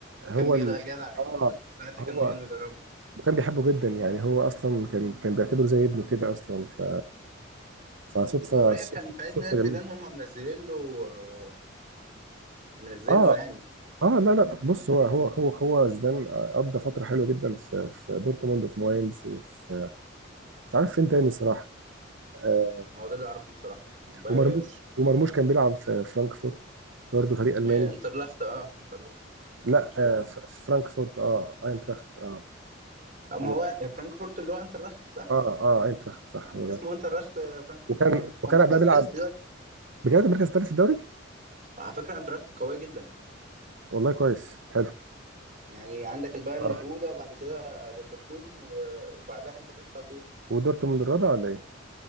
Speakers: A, on the right; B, on the right.
A: هو
B: كان بيضا
A: ال...
B: جدع
A: اه
B: كلوب ساعتها
A: هو
B: كان هو اللي بيدربه
A: وكان بيحبه جدا يعني هو اصلا كان كان بيعتبره زي ابنه كده اصلا ف... فصدفه
B: قريب
A: صدفه
B: كان في عيد
A: صدفة
B: ميلاد
A: جميله
B: زيدان هم منزلين له آه، منزلين
A: اه
B: له يعني
A: اه لا لا بص هو هو هو هو زيدان قضى فتره حلوه جدا في في دورتموند وفي ماينز وفي مش عارف فين تاني صراحه آه
B: هو ده اللي اعرفه بصراحه باير-
A: ومرموش ومرموش كان بيلعب في فرانكفورت برضه فريق الماني
B: آه، انترلخت اه انترلخت
A: لا
B: فرانكفورت
A: آه ف- فرانكفورت اه اينتراخت اه
B: أه، ما
A: و...
B: هو فرانكفورت اللي هو انترلخت
A: اه اه اينتراخت صح
B: آه، انت
A: هو ده
B: اسمه انترخت فرانكفورت
A: وكان
B: ايوه
A: وكان
B: هو المركز
A: قبلها بيلعب
B: الثالث دلوقتي
A: بجد المركز الثالث في الدوري
B: على فكره انترخت قويه جدا
A: والله كويس حلو
B: يعني عندك البايرن
A: اه
B: الاولى وبعد كده ليفركوزن و- وبعدها انترخت على طول
A: ودورتموند الرابع ولا ايه؟